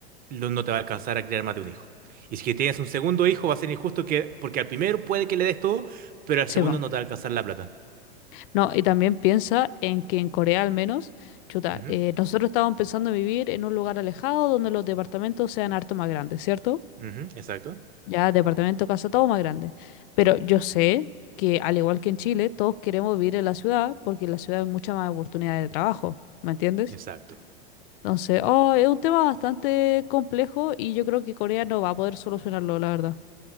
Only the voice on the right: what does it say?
lo- no te va a alcanzar a criar más de un hijo. Y si que tienes un segundo hijo, va a ser injusto que, porque al primero puede que le des todo, pero al
segundo
no te va a alcanzar la plata.
Ujú,
ujú, exacto.
Exacto.